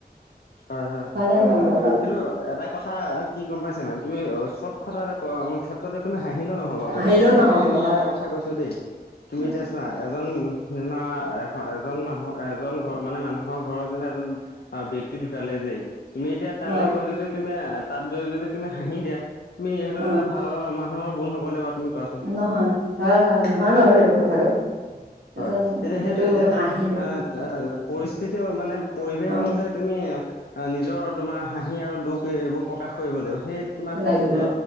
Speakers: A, on the left; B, on the right.
A: হয় হয় হয়,
B: নে নহয় বাৰু
A: কিন্তু এটা কথা কি গম পাইছা নাই তুমি চব কথাতে ক ক্ষেত্ৰতে তুমি হাঁহিলে নহব আকৌ,
B: হাঁহিলেও
A: এতিয়া
B: নহব
A: এনেই
B: হয়
A: এটা কথা কৈছো দেই। তুমি
B: উ
A: এতিয়া চোৱা, এজন যেনেবা এ এজন মানুহ এজন ঘৰ মানে মানুহৰ ঘৰৰ যেনিবা এজন অ ব্যক্তি ঢুকালে যে তুমি এতিয়া তালৈ
B: অ',
A: গৈ যদি তুমি তাত যদি তুমি হাঁহি দিয়া তুমি সেইটো
B: অ',
A: এটা ভাল মানুৰ গুণ হবনে বাৰু তুমি কোৱা?
B: নহয় হয় হয় নহয় বাৰু সেইটো কথাটো।
A: হয়
B: এজন
A: এতিয়া সেইটো এতিয়া তাত
B: হাঁহি দিব
A: আহ পৰিস্থিতি মানে পৰিৱেশ
B: অ',
A: অনুযায়ী তুমি নিজৰ তোমাৰ হাঁহি আৰু দুখ এইবোৰ প্ৰকাশ কৰিব লাগিব। সেই তোমাৰ
B: লাগিব।
A: এ